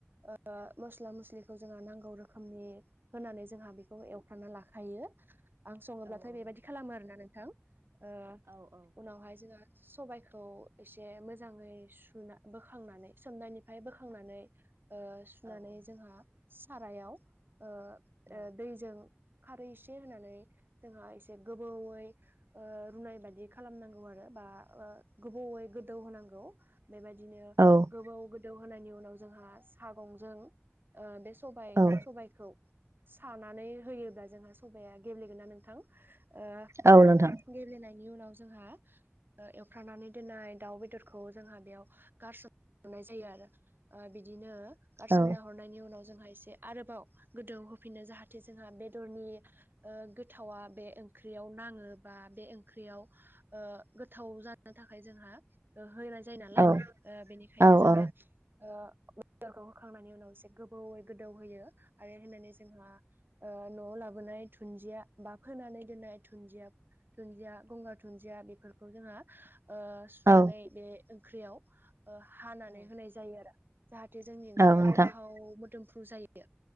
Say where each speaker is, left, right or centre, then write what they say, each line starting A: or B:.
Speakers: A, on the right; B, on the right.
A: ओ मस्ला मस्लि जोंहा नांगौ रोखोमनि होनानै जोंहा बेखौ एवफ्रामना लाखायो आं सङोब्लाथाय बेबायदि खालामो आरोना नोंथां ओ उनावहाय जोङो सबाइखौ एसे मोजाङै सुना बोखांनानै सोमनायनिफ्राय बोखांनानै ओ सुनानै जोंहा सारायाव ओ ओ दैजों खारै एसे होनानै जोंहा एसे गोबौयै ओ रुनाय बायदि खालामनांगौ आरो बा गोबौयै गोदौ होनांगौ बेबायदिनो
B: औ
A: गोबाव गो दौहोननि उनाव जोंहा सागंजों ओ सबाइ-सबाइखौ
B: औ
A: सानानै होयोब्ला जोंहा सबाइया गेब्लेगोन ना नोंथां ओ
B: औ नोंथां
A: गेब्लेनायनि बेनि उनाव जोंहा ओ एवफ्रामनानै दोननाय दाउ बेदरखौ जोंहा बेयाव गारसोमनाय जायो आरो ओ बिदिनो गारसोमना
B: औ
A: हरनायनि उनाव एसे आरोबाव गोदौहोफिनो जाहाथे जोंहा बेदरनि ओ गोथावा बे ओंख्रियाव नाङो बा बे ओंख्रियाव ओ गोथाव जानो थाखाय जोंहा होनाय जायो नालाय
B: औ
A: ओ बेनिखायनो
B: औ
A: जोंहा
B: औ
A: ओ बेदरखौ होखांनायनि उनाव एसे गो यै गोदौहोयो आरो होननानै जोंहा न'आव लाबोनाय दुनजिया बा फोनानै दोननाय दुनजिया गंगार दुनजिया गंगार दुनजिया बेफोरखौ जोङो ओ सुनानै
B: औ
A: बे ओंख्रियाव <inaudible> ओ हानानै होनाय जायो आरो जाहाथे जोंनि ओंख्रिया
B: औ नोंथां
A: गोथाव मोदोमफ्रु जायो